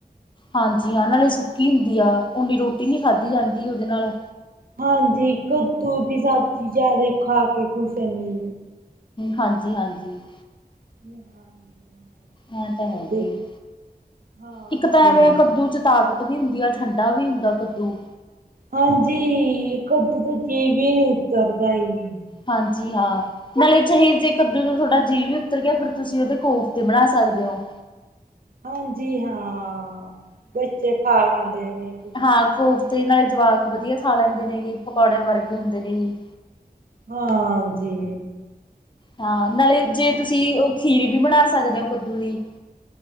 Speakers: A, on the left (about 30°); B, on the right (about 65°).
A: ਹਾਂਜੀ। ਹਾਂ ਨਾਲੇ ਸੁੱਕੀ ਹੁੰਦੀ ਆ, ਓਨੀ ਰੋਟੀ ਨੀ ਖਾਧੀ ਜਾਂਦੀ ਉਹਦੇ ਨਾਲ।
B: ਹਾਂਜੀ। ਕੱਦੂ ਦੀ ਸਬਜ਼ੀ ਜਿਆਦਾ ਖਾ ਕੇ ਖੁਸ਼ ਨੇ।
A: ਹਾਂਜੀ- ਹਾਂਜੀ।
B: <inaudible>
A: ਐ ਤਾਂ ਹੈਗਾ
B: ਉਹਦੇ
A: ਹੀ,
B: ਹਾਂਜੀ।
A: ਇੱਕ ਤਾਂ ਐਵੇਂ ਕੱਦੂ ਚ' ਤਕ ਤਵੀ ਹੁੰ ਆ ਠੰਡਾ ਵੀ ਹੁੰਦਾ ਕੱਦੂ।
B: ਹਾਂਜੀ। ਕਦੁ ਤੋਂ ਜੀਭ ਹੀ ਨਹੀਂ ਉੱਤਰਦਾ ਈ।
A: ਹਾਂਜੀ। ਹਾਂ। ਨਾਲੇ ਚੇ ਜੇ ਕੱਦੂ ਤੋਂ ਤੁਹਾਡਾ ਜੀਅ ਵੀ ਉਤਰ ਗਿਆ, ਫਿਰ ਤੁਸੀਂ ਉਹਦੇ ਕੋਫਤੇ ਬਣਾ ਸਕਦੇ ਹੋ।
B: ਹਾਂਜੀ। ਹਾਂ, ਬੱਚੇ ਖਾ ਲਾਂਦੇ ਨੇ। ਖੁਸ਼
A: ਹਾਂ
B: ਹੋ
A: ਕੋਫਤੇ
B: ਕੇ।
A: ਨਾਲੇ ਜਵਾਕ ਵਧੀਆ ਖਾ ਲੈਂਦੇ ਨੇ ਏ ਪਕੌੜਿਆਂ ਵਰਗੇ ਹੁੰਦੇ ਨੇ ਜੀ।
B: ਹਾਂਜੀ।
A: ਹਾਂ ਨਾਲੇ ਜੇ ਤੁਸੀਂ ਉਹ ਖੀਰੀ ਵੀ ਬਣਾ ਸਕਦੇ ਹੋ ਕੱਦੂ ਦੀ।